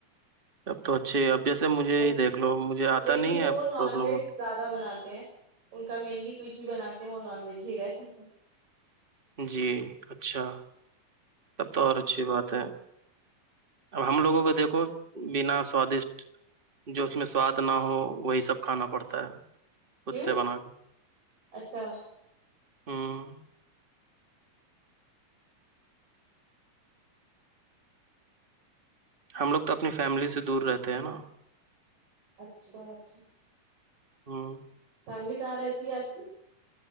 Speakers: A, on the right (about 20°); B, on the right (about 85°).
A: اب تو اچھے ہے اب جیسے مجھے
B: وہ
A: ہی دیکھ لو مجھے آتا
B: لیکن
A: نہیں
B: وہ
A: ہے
B: نان
A: پرابلم
B: ویج
A: ہوتی
B: زیادہ بناتے ہیں ان کا مینلی کچھ بھی بناتے ہیں وہ نان ویج ہی رہتے ہیں
A: جی اچھا تب تو اور اچھی بات ہے اب ہم لوگوں کو دیکھو بنا سوادشٹ جو اس میں سواد نہ ہو وہی سب کھانا پڑتا ہے خود
B: کیوں
A: سے بنا کے
B: اچھا
A: ہوں ہم لوگ تو اپنی فیملی سے دور رہتے ہیں نا
B: اچھاچ
A: ہوں
B: فیملی کہاں رہتی ہے آپ کی